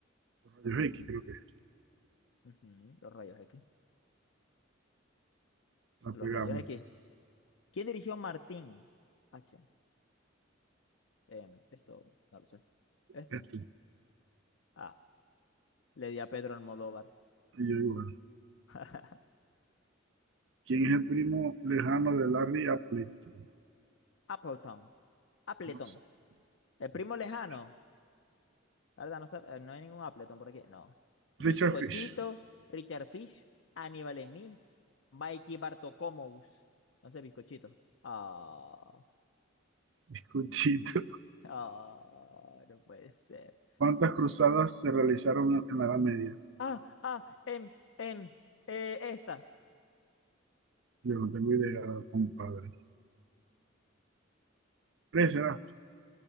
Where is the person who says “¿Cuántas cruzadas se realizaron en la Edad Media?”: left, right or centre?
Right